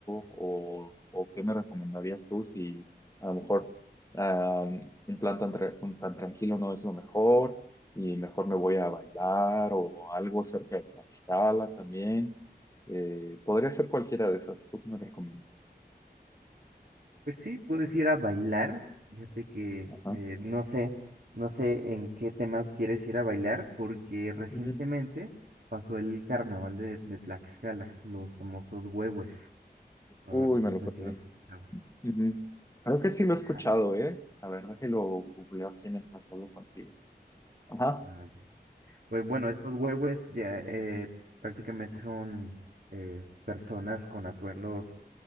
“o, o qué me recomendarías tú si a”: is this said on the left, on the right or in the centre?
Left